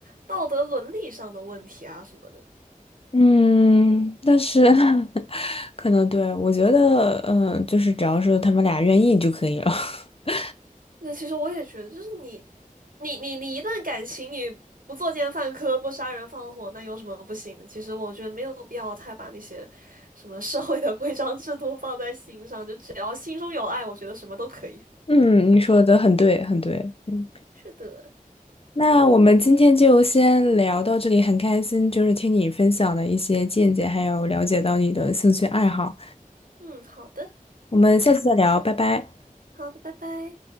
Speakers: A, on the right; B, on the left.
A: 道德伦理上的问题啊什么的。
B: 嗯，但是 <laughs> 可能对，我觉得，嗯，就是只要是他们俩愿意就可以了。<laughs>
A: 那其实我也觉得，就是你你你你一段感情你不作奸犯科、不杀人放火，那有什么不行的？其实我觉得没有必要太把那些什么社会的规章制度放在心上，就只要心中有爱，我觉得什么都可以。
B: 嗯，你说的很对，很对。嗯，
A: 是的，
B: 那我们今天就先聊到这里，很开心，就是听你分享的一些见解，还有了解到你的兴趣爱好。
A: 嗯，好的，
B: 我们下次再聊，拜拜。
A: 好的，拜拜。